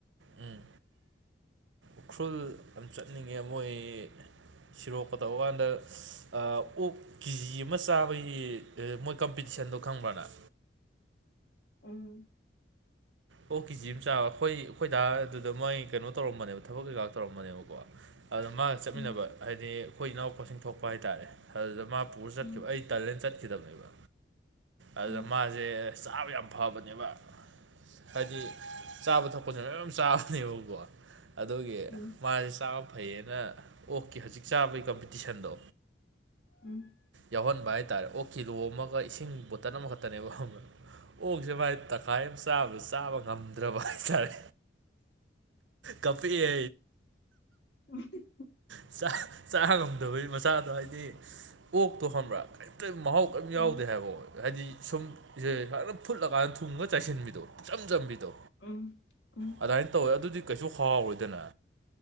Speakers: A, on the right; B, on the left.
A: ꯎꯝ ꯎꯈ꯭ꯔꯨꯜ ꯌꯥꯝ ꯆꯠꯅꯤꯡꯉꯦ ꯃꯣꯏ ꯁꯤꯔꯣꯛꯄ ꯇꯧꯕ ꯀꯥꯟꯗ ꯑꯣꯛ ꯀꯤꯖꯤ ꯑꯃ ꯆꯥꯕꯒꯤ ꯃꯣꯏ ꯀꯝꯄꯤꯇꯤꯁꯟꯗꯣ ꯈꯪꯕ꯭ꯔꯅꯪ
B: ꯎꯝ
A: ꯑꯣꯛ ꯀꯦꯖꯤ ꯑꯃꯆꯥꯥ ꯑꯩꯈꯣꯏ ꯑꯩꯈꯣꯏ ꯗꯥ ꯑꯗꯨꯗ ꯃꯣꯏ ꯀꯩꯅꯣ ꯇꯧꯔꯝꯕꯅꯦꯕ ꯊꯕꯛ ꯀꯩꯀꯥ ꯇꯧꯔꯝꯕꯅꯦꯕꯀꯣ ꯑꯗꯨꯅ ꯃꯥꯒ ꯆꯠꯃꯤꯟꯅꯕ
B: ꯎꯝ
A: ꯍꯥꯏꯗꯤ ꯑꯩꯈꯣꯏ ꯏꯅꯥꯎꯄꯥꯁꯤꯡ ꯊꯣꯛꯄ ꯍꯥꯏꯇꯥꯔꯦ ꯑꯗꯨꯗ ꯃꯥ ꯄꯨꯔ ꯆꯠꯈꯤꯕ
B: ꯎꯝ
A: ꯑꯩ ꯇꯂꯦꯟ ꯆꯠꯈꯤꯗꯕꯅꯦꯕ ꯑꯗꯨꯗ
B: ꯎꯝ
A: ꯃꯥꯁꯦ ꯆꯥꯕ ꯌꯥꯝ ꯐꯕꯅꯦꯕ ꯍꯥꯏꯗꯤ ꯆꯥꯕ ꯊꯛꯄꯁꯤꯅ ꯂꯣꯏ ꯌꯥꯝ ꯆꯥꯕꯅꯦꯕꯀꯣ ꯑꯗꯨꯒꯤ
B: ꯎꯝ
A: ꯃꯥꯁꯦ ꯆꯥꯕ ꯐꯩꯌꯦꯅ ꯑꯣꯛꯀꯤ ꯍꯧꯖꯤꯛ ꯆꯥꯕꯒꯤ ꯀꯝꯄꯤꯇꯤꯁꯟꯗꯣ
B: ꯎꯝ
A: ꯌꯥꯎꯍꯟꯕ ꯍꯥꯏꯇꯥꯔꯦ ꯑꯣꯛꯀꯤꯂꯣ ꯑꯃꯒ ꯏꯁꯤꯡ ꯕꯣꯇꯜ ꯑꯃꯈꯛꯇ ꯈꯇꯅꯦꯕ ꯑꯣꯛꯁꯦ ꯃꯥꯥꯏ ꯇꯪꯈꯥꯏ ꯑꯃꯕ ꯆꯥꯕ ꯉꯝꯗ꯭ꯔꯕ ꯍꯥꯏꯇꯥꯔꯦ ꯀꯞꯄꯤꯌꯦ
B: <unintelligible>
A: ꯥꯆꯥ ꯆꯥ ꯉꯝꯗꯕꯒꯤ ꯃꯆꯥꯗꯣ ꯍꯥꯏꯗꯤ ꯑꯣꯛꯛꯇꯣ ꯈꯪꯕ꯭ꯔꯥ ꯀꯣ ꯃꯍꯥꯎ ꯀꯔꯤꯝ
B: ꯎꯝ
A: ꯌꯥꯎꯗꯦ ꯍꯥꯏꯕ ꯍ ꯍꯥꯏꯗꯤ ꯁꯨꯝ ꯏꯁꯦ ꯑꯗꯨꯝ ꯐꯨꯠꯂꯀꯥꯟꯗ ꯊꯨꯝ ꯈꯔ ꯆꯥꯏꯁꯤꯟꯕꯤꯗꯣ ꯏꯆꯝ ꯆꯝꯕꯤꯗꯣ
B: ꯎ ꯎ
A: ꯑꯗꯨꯃꯥꯏꯅ ꯇꯧꯋꯦ ꯑꯗꯨꯗꯤ ꯀꯩꯁꯨ ꯍꯥꯎꯔꯣꯏꯗꯅ